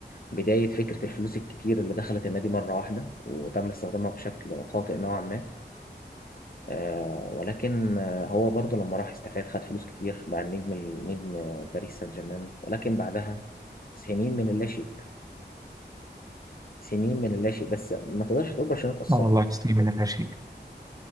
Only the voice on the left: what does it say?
بدايه فكره الفلوس الكتير اللي دخلت النادي مره واحده وتم استخدامها بشكل خاطئ نوعا ما آه، ولكن آه، هو برضه لما راح استفاد خد فلوس كتير بقى النجم النجم باريس سان جيرمان ولكن بعدها سنين من اللاشيء سنين من اللاشيء بس ما تقدرش تقول برشلونة اتأثرت